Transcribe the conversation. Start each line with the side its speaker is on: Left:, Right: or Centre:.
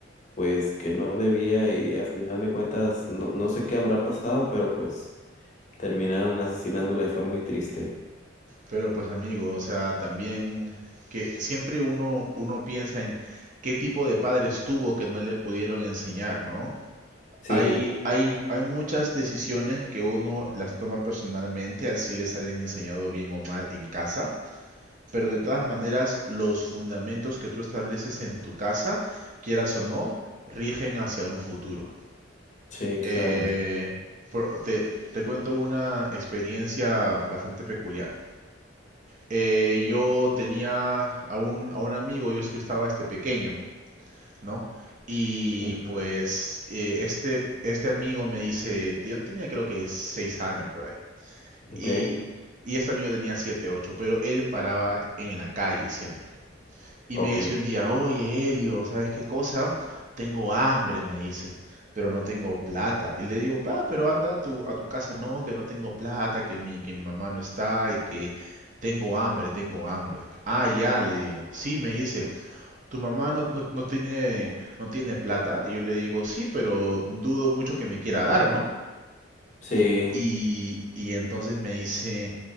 Left: pues que no debía y a final de cuentas no, no sé qué habrá pasado, pero pues terminaron asesinándola y fue muy triste.
Right: Pero pues amigo, o sea, también que siempre uno, uno piensa en qué tipo de padres tuvo que no le pudieron enseñar, ¿no?
Left: Sí,
Right: Hay, hay, hay muchas decisiones que uno las toma personalmente, así les hayan enseñado bien o mal en casa, pero de todas maneras los fundamentos que tú estableces en tu casa, quieras o no, rigen hacia un futuro.
Left: sí, claro.
Right: Eh, por- te, te cuento una experiencia bastante peculiar eh, yo tenía a un, a un amigo, yo, yo estaba este pequeño, ¿no? Y
Left: Mm,
Right: pues eh, este, este amigo me dice, yo tenía creo que seis años por ahí.
Left: Ok,
Right: Y, y este amigo tenía siete, ocho, pero él paraba en la calle siempre. Y
Left: ok.
Right: me dice un día, oye, Elio ¿sabes qué cosa? Tengo hambre, me dice, pero no tengo plata. Y le digo, va, pero anda a tu, a tu casa, no, que no tengo plata, que mi, que mi mamá no está y que tengo hambre, tengo hambre. Ah, ya, le digo. Sí, me dice, ¿tu mamá no, no, no tiene, no tiene plata? Y yo le digo, sí, pero dudo mucho que me quiera dar, ¿no?
Left: Sí,
Right: Y, y entonces me dice,